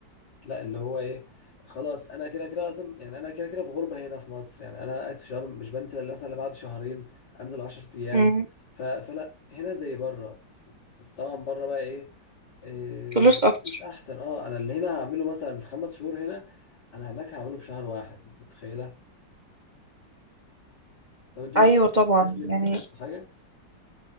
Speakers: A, on the left; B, on the right.
A: لا اللي هو إيه خلاص أنا كده كده أصلا يعني أنا كده كده في غربة هنا في مصر يعني أنا قاعد في شرم مش بنزل إلا مثلا إلا بعد شهرين أنزل عشر أيام
B: مم.
A: ف... فلا هنا زي بره بس طبعا بره بقى إيه إيه،
B: فلوس اكتر
A: فلوس احسن اه انا اللي هنا هعمله مثلا في خمس شهور هنا انا هناك هعمله في شهر واحد متخيله طب انت مش
B: ايوه
A: نفسك
B: طبعا
A: تسافري مثلا
B: يعني
A: او حاجه